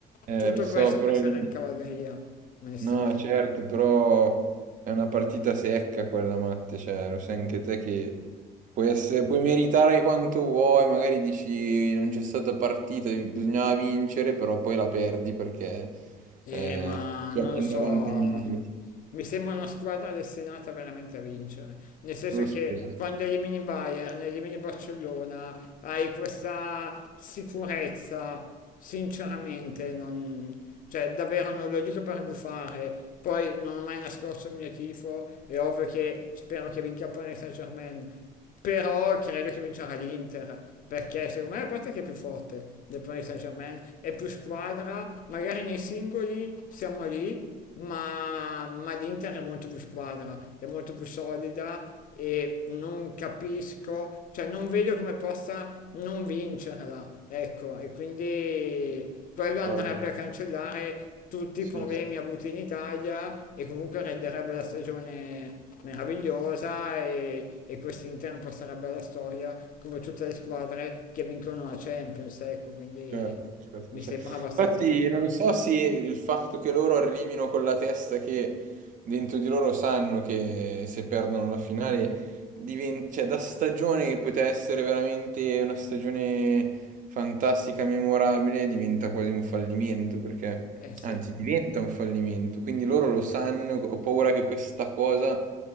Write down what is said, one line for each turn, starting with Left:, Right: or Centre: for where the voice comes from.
Right: Eh,
Left: tutto
Right: lo so,
Left: questo
Right: però
Left: passerà
Right: lì...
Left: in cavalleria, onestamente.
Right: No, certo, però è una partita secca quella, Matte, cioè, lo sai anche te che puoi, essere, puoi meritare quanto vuoi, magari dici non c'è stata partita, bisognava vincere, però poi la perdi perché
Left: Eh,
Right: eh,
Left: ma
Right: giochi
Left: non lo
Right: in
Left: so,
Right: 90 minuti,
Left: mi sembra una squadra destinata veramente a vincere, nel senso
Right: lo
Left: che
Right: spero.
Left: quando elimini Bayern, elimini Barcellona, hai questa sicurezza, sinceramente, non, cioè davvero non lo dico per gufare, poi non ho mai nascosto il mio tifo, è ovvio che spero che vinca il Paris Saint-Germain, però credo che vincerà l'Inter perché secondo me la parte che è più forte del Paris Saint Germain è più squadra magari nei singoli siamo lì ma, ma l'Inter è molto più squadra è molto più solida e non capisco cioè non vedo come possa non vincerla ecco e quindi quello andrebbe
Right: Guarda,
Left: a cancellare tutti
Right: sì,
Left: i problemi avuti in Italia e comunque renderebbe la stagione meravigliosa e, e quest'Inter passerà bella storia come tutte le squadre che vincono la Champions, ecco, quindi
Right: certo, certo,
Left: mi
Right: certo.
Left: sembra abbastanza
Right: Infatti
Left: naturale.
Right: non so se il fatto che loro arrivino con la testa che dentro di loro sanno che se perdono la finale, diven- cioè, da stagione che poteva essere veramente una stagione fantastica, memorabile, diventa quasi un fallimento perché
Left: Eh sì.
Right: Anzi, diventa un fallimento, quindi loro lo sanno, ho paura che questa cosa